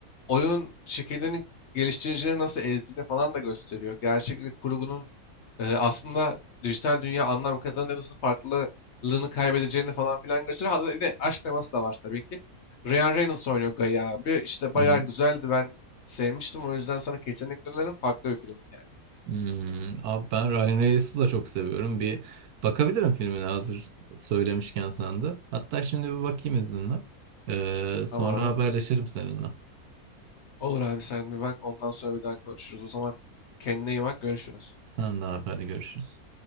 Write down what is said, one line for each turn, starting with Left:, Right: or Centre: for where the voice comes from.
Left: Oyun şirketlerinin geliştiricileri nasıl ezdiğini falan da gösteriyor. Gerçeklik kurgunun e, aslında dijital dünya anlam kazanınca nasıl farklılığını kaybedeceğini falan filan gösteriyor. Hatta yine aşk teması da var tabii ki. Ryan Reynolds oynuyor Gaia abi. İşte bayağı
Right: Hı hı.
Left: güzeldi. Ben sevmiştim. O yüzden sana kesinlikle öneririm. Farklı bir film yani.
Right: Hmm, abi ben Ryan Reynolds'ı da çok seviyorum. Bir bakabilirim filmine hazır söylemişken sen de. Hatta şimdi bir bakayım izninle. Ee, sonra
Left: Tamam
Right: haberleşelim
Left: abi.
Right: seninle.
Left: Olur abi sen bir bak ondan sonra bir daha konuşuruz. O zaman kendine iyi bak görüşürüz.
Right: Sen de abi hadi görüşürüz.